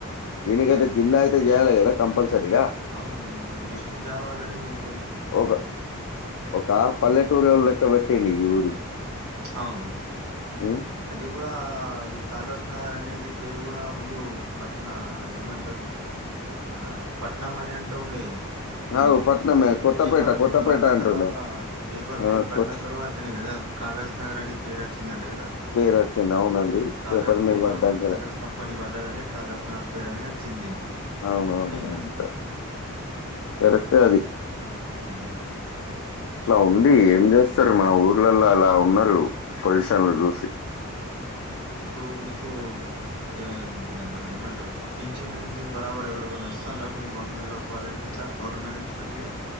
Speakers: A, on the left (about 65°); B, on the right (about 75°).
A: దీనికైతే
B: కరెక్ట్
A: జిల్లా అయితే చేయాలి కదా కంపల్సరిగా
B: అవును నేను డిస్రిక్ట్ కావాలని కొ
A: ఒక ఒక పల్లెటూరో లెక్కపెట్టిండు ఈ ఊరిని
B: అవును
A: ఊ
B: అది కూడా అది కాగజ్ నగర్ అనేది పేరు కూడా ముందు పట్న అది ఏమంటారు మన పట్నం అని అంటుండే దీనికి
A: కాదు పట్నమే
B: అయితే
A: కొత్తపేట
B: పేపర్ మిల్
A: కొత్తపేట
B: పడిన
A: అంటుండే
B: తర్వాత పేపర్
A: ఆ,
B: మిల్ పడిన
A: కొత్త
B: తర్వాతనే కదా కాగజ్ నగర్ అనే పేరు వచ్చిందంట కదా
A: పేరొచ్చింది అవునండి
B: ఉమ్ కాగజ్
A: పేపర్ మీల్ పడ్డంకనే
B: వ- కాగజ్ కంపెనీ పడ్డదనే కాగజ్ నగర్ పేరు అని వచ్చింది దీనికి
A: అవునవును
B: అని విన్నా
A: అంతే కరెక్టే అది
B: ఉమ్
A: అట్లా ఉంది ఏం చేస్తారు మన ఊర్లలో అలా ఉన్నారు పొజిషన్లు
B: ఇప్-
A: చూసి
B: ఇప్పుడు మీకు ఎమ్ మన ఏమంటారు పింఛన్లు గించను బరాబర్ ఎవరికైనా వస్తందా మీ మమ్మీ వాళ్ళకు వాళ్ళకి ఇట్లా గవర్నమెంట్ నుంచి మంచిగా